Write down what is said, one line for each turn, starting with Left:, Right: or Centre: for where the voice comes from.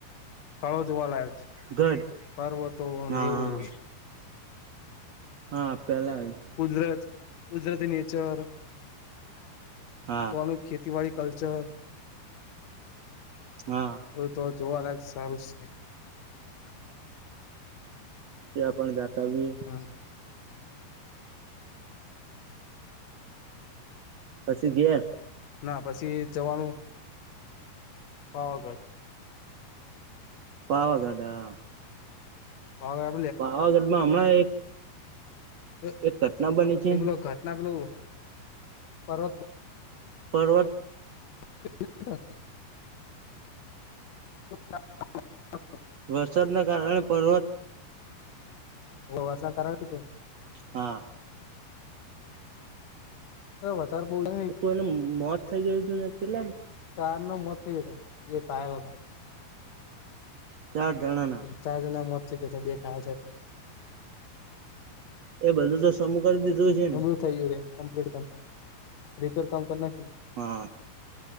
Left: સ્થળો જોવાલાયક.
Right: ગઢ
Left: પર્વતોન
Right: હા
Left: એવું બધું.
Right: હા પેલાય
Left: કુદરત કુદરતી નેચર.
Right: હા.
Left: તો નું ખેતીવાડી કલ્ચર.
Right: હા.
Left: બધું તો જોવાલાયક સારું સે.
Right: તે આપ પણ જાતા જીએ.
Left: હમ.
Right: પછી ઘેર.
Left: ના પછી જવાનું પાવાગઢ.
Right: પાવાગઢ હા.
Left: પાવા
Right: પાવાગઢ માં હમણાં એક
Left: એ
Right: એક ઘટના બની છે
Left: એ પેલો ઘટના પેલું પર્વત
Right: પર્વત
Left: <unintelligible> <unintelligible>
Right: વરસાદના કારણે પર્વત
Left: ઓ વાસા કરાવ છે તું.
Right: હા.
Left: તો વધાર બોલય
Right: તો કોઈનું મોત થઈ ગયું તુ ને તેટલેમ
Left: ચાર નું મોત થઈ ગયું હતુ જો એ કહેલા હતા.
Right: ચાર જણાના.
Left: ચાર જણ ના મોત થઈ ગ્યા તા બે ટાયર છેમાં
Right: એ બધું તો સમૂ કરી દીધું હશે ન.
Left: બધું થઈ ગ્યું સે કમ્પ્લીટ કર રિપેર કામ કર નાખ્યું ન.
Right: હા